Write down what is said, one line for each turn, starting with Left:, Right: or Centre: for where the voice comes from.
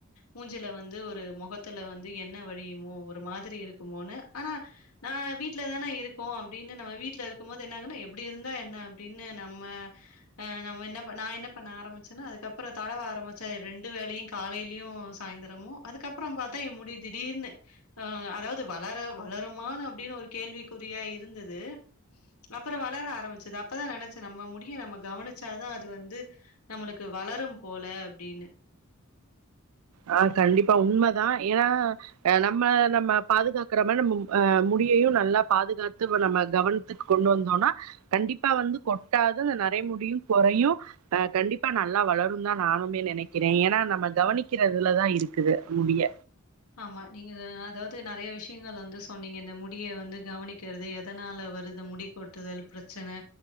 Left: மூஞ்சில வந்து ஒரு முகத்துல வந்து எண்ணெ வழியுமோ ஒரு மாதிரி இருக்குமோனு ஆனா நான் வீட்டுல தானே இருக்கோம் அப்படின்னு நம்ம வீட்டுல இருக்கும் போது என்னாகும்னா எப்படி இருந்தா என்ன அப்படின்னு நம்ம நம்ம என்ன நான் என்ன பண்ண ஆரம்பிச்சேன்னோ அதுக்கப்புறோ டீ தடவ ஆரம்பிச்சா ரெண்டு வேலையும் காலையிலயும் சாய்ந்திரமும் அதுக்கப்புறம் பார்த்தா என் முடி திடீர்னு அஹ் அதாவது வளர வளருமான அப்படின்னு ஒரு கேள்விக்குறியா இருந்தது அப்புறோ வளர ஆரம்பிச்சது அப்பதான் நெனைச்சே நம்ம முடிய நம்ம கவனிச்சாதான் அது வந்து நம்மளுக்கு வளரும் போல அப்படின்னு
Right: ஆஹ் கண்டிப்பா உண்மைதான் ஏன்னா அஹ் நம்ம நம்ம பாதுகாக்கற மாதிரி நம்ம அஹ் முடியையும் நல்லா பாதுகாத்து நம்ம கவனத்துக்கு கொண்டு வந்தோம்னா கண்டிப்பா வந்து கொட்டாது நரைமுடியும் குறையும் அஹ் கண்டிப்பா நல்லா வளரும் தான் நானுமே நினைக்கிறேன் ஏன்னா நம்ம கவனிக் வக்கிறதுலதான் இருக்குது முடிய
Left: ஆமா நீங்க அதாவது நிறைய விஷயங்கள் வந்து சொன்னீங்க இந்த முடிய வந்து கவனிக்கிறது எதனால வருது முடி கொட்டுதல் பிரச்சனை